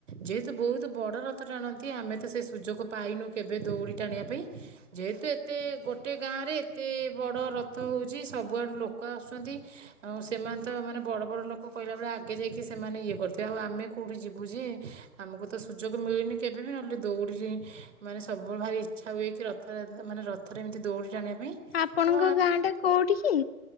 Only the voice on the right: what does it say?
ଯେହେତୁ ବହୁତ୍ ବଡ ରଥ ଟାଣନ୍ତି ତ ସେ ସୁଯୋଗ ପାଇନୁ କେବେ ଦୌଡ଼ି ଟାଣିବା ପାଇଁ ଯେହେତୁ ଏତେ ଗୋଟେ ଗାଁ ରେ ଏତେ ବଡ଼ ରଥ ହଉଛି ସବୁଆଡୁ ଲୋକ ଆସୁଛନ୍ତି ଆଉ ସେମାନେ ତ ମାନେ ବଡ ବଡ଼ ଲୋକ କହିଲା ବେଳେ ଆଗ ଆଗେ ଯାଇକି ସେମାନେ ଇଏ କରୁଥିବେ ଆଉ ଆମେ କୋଉଠି ଯିବୁ ଯେ ଆମକୁ ତ ସୁଯୋଗ ମିଳୁନି କେବେ ବିି ନହେଲେ ଦୌଡ଼ିଛି ମାନେ ସବୁବେଳେ ଭାରି ଇଚ୍ଛା ହୁଏ କି ରଥରେ ମାନେ ରଥରେ ଏମିତି ଦୌଡ଼ି ଜାଣିବା ପାଇଁ
ତ